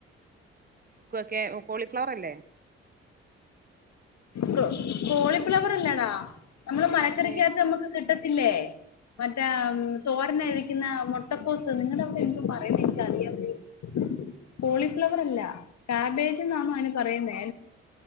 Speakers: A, on the right; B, on the left.
A: ഉപ്പൊക്കെ കോളിഫ്ലവർ അല്ലേ
B: കോ കോളിഫ്ലവർ അല്ലാടാ നമ്മള് മലക്കറിക്കാത്ത
A: ഏ
B: നമുക്ക് കിട്ട- ല്ലേ മറ്റേ തോരന്ന കഴിക്കുന്ന മുട്ടക്കോസ് നിങ്ങവിടെ എന്താ പറയുന്നിരിക്കാറിയില്ല കോളിഫ്ലവർ അല്ല കാബേജ് എന്നാണന്ന് അതിന് പറയുന്നേ